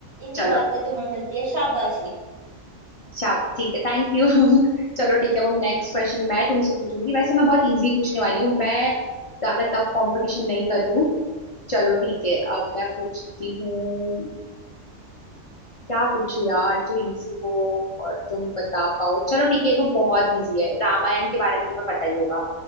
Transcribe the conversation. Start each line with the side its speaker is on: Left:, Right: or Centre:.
Right: इसी
Left: चलो
Right: बात पे तुम्हें मिलती है शाबाशी
Left: अच्छा ठीक है थैंक यू <laughs> चलो ठीक है अब हम नेक्स्ट क्वेश्चन मैं तुमसे पूछूंगी वैसे मैं बहुत इजी पूछने वाली हूँ मैं ज्यादा टफ कंपटीशन नहीं कर रही हूँ चलो ठीक है अब मैं पूछती हूँ क्या पूछो यार जो इजी हो और तुम बता पाओ चलो ठीक है ये तो बहुत इजी है रामायण के बारे में तुम्हें पता ही होगा